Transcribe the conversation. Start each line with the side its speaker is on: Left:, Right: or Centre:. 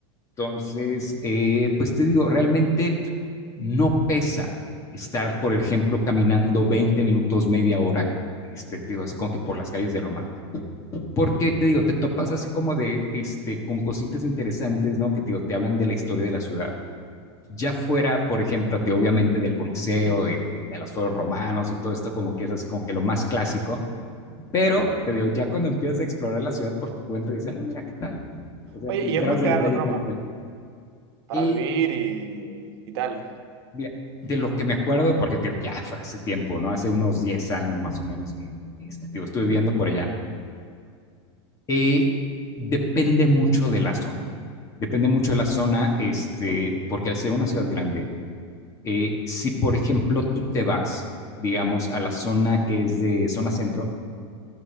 Left: Entonces, eh, pues te digo, realmente no pesa estar, por ejemplo, caminando 20 minutos, media hora, este, te digo, así como que por las calles de Roma. Porque te digo, te topas así como de, este, con cositas interesantes, ¿no? Que te digo, te hablan de la historia de la ciudad. Ya fuera, por ejemplo, te obviamente del Coliseo y, y de los foros romanos y todo esto, como que es así como que lo más clásico. Pero te digo, ya cuando empiezas a explorar la ciudad por tu cuenta, dices, ah, mira qué tal. O sea,
Right: Oye,
Left: te enteras
Right: y es muy
Left: de
Right: caro
Left: detalles
Right: Roma
Left: tal y tal.
Right: para
Left: Y
Right: vivir y, y tal.
Left: Mira, de lo que me acuerdo, porque tío, ya fue hace tiempo, ¿no? Hace unos 10 años más o menos que este, tío, estuve viviendo por allá. Eh, depende mucho de la zona. Depende mucho de la zona, este, porque al ser una ciudad grande, eh, si por ejemplo tú te vas, digamos, a la zona que es de zona centro,